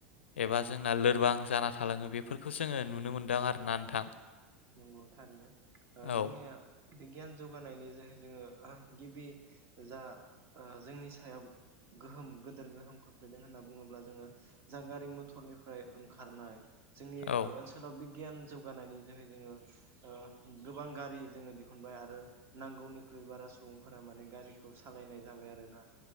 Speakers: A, on the left; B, on the right.
A: एबा जोंना
B: नंगौ
A: लोरबां
B: नंगौ
A: जाना थालाङो बे बेफोरखौ जोङो नुनो मोनदों आरोना नोंथां
B: नंगौ थारैनो
A: औ
B: जोंनिया बिगियान जौगानायनि जोहै जोङो गिबि जा जोंनि सायाव गोहोम गोदोर गोहोम खोख्लैदों होननानै होनना बुङोब्ला जोङो जा गारि मथरनिफ्राय ओंखारनाय जोंनि
A: औ
B: ओनसोलाव बिगियान जौगानायनि जोहै जोङो ओ गोबां गारि जोङो दिहुनबाय आरो नांगौनिख्रुबारास सुबुंफोरा माने गारिखौ सालायनाय जाबाय आरोना